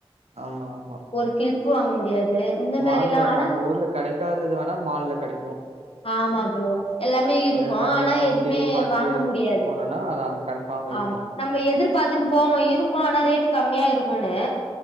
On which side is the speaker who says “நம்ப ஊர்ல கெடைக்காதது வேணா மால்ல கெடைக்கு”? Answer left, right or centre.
Right